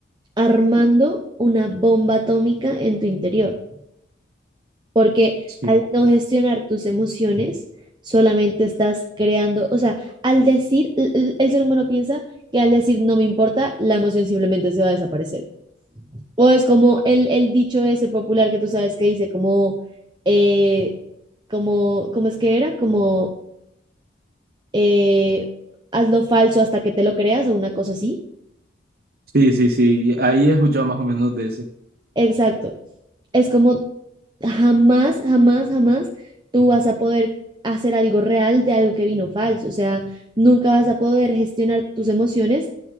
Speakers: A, on the right (about 25°); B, on the right (about 50°).
A: armando una bomba atómica en tu interior. porque
B: Sí,
A: al no gestionar tus emociones, solamente estás creando, o sea, al decir, el, el- el ser humano piensa que al decir no me importa, la emoción simplemente se va a desaparecer. O es como el, el dicho ese popular que tú sabes que dice como, eh, como, ¿cómo es que era? Como, eh, haz lo falso hasta que te lo creas o una cosa así.
B: sí, sí, sí, ahí he escuchado más o menos de ese.
A: Exacto. es como jamás, jamás, jamás tú vas a poder hacer algo real de algo que vino falso. O sea, nunca vas a poder gestionar tus emociones